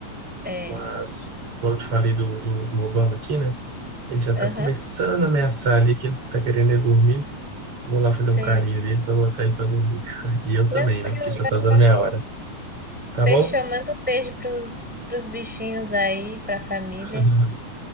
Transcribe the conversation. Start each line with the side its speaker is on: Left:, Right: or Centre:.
Centre: É.
Right: Mas, como eu te falei do, do, do Obama aqui, né? Ele já
Centre: Aham.
Right: tá começando a ameaçar ali que ele tá querendo é dormir. Vou lá fazer
Centre: Sei.
Right: um carinho nele para botar ele para dormir. <laughs> E eu
Centre: Tranquilo,
Right: também, né? Porque já
Centre: vai
Right: tá dando
Centre: lá.
Right: minha hora. Tá
Centre: Fechou,
Right: bom?
Centre: manda um beijo pros, pros bichinhos aí, pra família.
Right: <laughs>